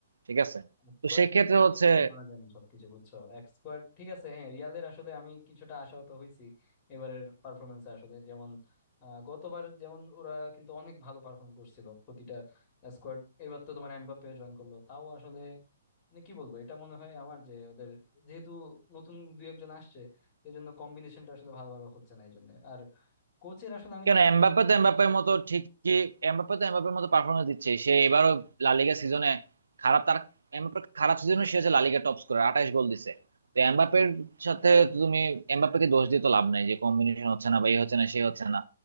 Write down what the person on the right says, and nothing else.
ঠিক আছে
তো সেক্ষেত্রে
হচ্ছে
কেন
এমবাপ্পে
তো
এমবাপ্পের মতো ঠিকই এমবাপ্পে তো এমবাপ্পের মতো পারফরমেন্স দিচ্ছে সে এবারও লা লিগা সিজনে খারাপ তার এমবাপ্পের খারাপ সিজনে সে হচ্ছে লা লিগা টপ স্কোরার আঠাশ গোল দিছে তো এমবাপ্পের সাথে তুমি এমবাপ্পেকে দোষ দিয়ে তো লাভ নাই যে কম্বিনেশন হচ্ছে না বা এই হচ্ছে না সে হচ্ছে না